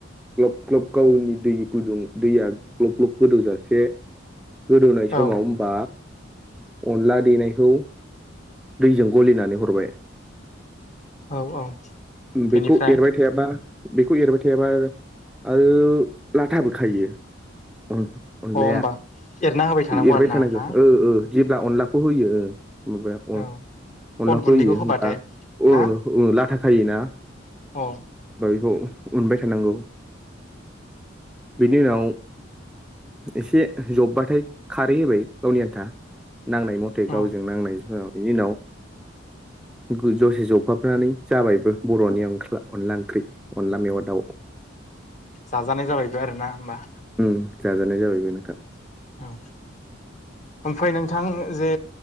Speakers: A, in the centre; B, on the left (about 40°).
A: ग्लब ग्लब गावनि दै गुदुं दैया ग्लब ग्लब गोदौजासे गोदौनाय
B: औ
A: समाव होमबा अनला देनायखौ दैजों गलिनानै हरबाय
B: औ औ बेनिफ्राय
A: बेखौ एरबाय थायाबा बेखौ एरबाय थायाबा आरो लाथाबो खायो। ओ अनलाया
B: अ होमबा एरना होबाय
A: एरबाय
B: आरो ना
A: थानांगौ
B: ना
A: ओ ओ जेब्ला अनलाखौ होयो ओ माबाया अन
B: औ
A: अनलाखौ
B: अन गुन्दैखौ
A: होयो
B: होबाथाय
A: होनबा ओ
B: ना
A: ओ लाथा खायो ना?
B: औ
A: औ उनबाय थानांगौ बेनि उनाव एसे जबबाथाय खारै होबाय गावनि आन्था नांनाय मथे
B: औ
A: गावजों नांनाय समाव बिनि उनाव गो जफाबनानै जाबायबो बर'नि अनला ओंख्रि। अनला मेवा दाउ
B: जाजानाय जाबायबो आरो ना होमबा?
A: उम जाजानाय जाबायबो नोंथां।
B: औ ओमफ्राय नोंथां जे